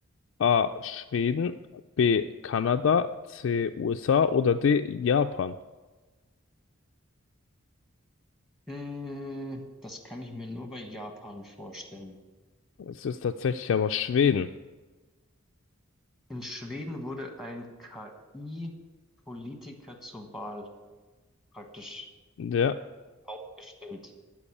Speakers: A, on the left; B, in the centre.
A: A. Schweden, B. Kanada, C. USA oder D. Japan?
B: Mm, Das kann ich mir nur bei Japan vorstellen.
A: Es ist tatsächlich aber Schweden.
B: In Schweden wurde ein KI-Politiker zur Wahl praktisch
A: Ja,
B: aufgestellt.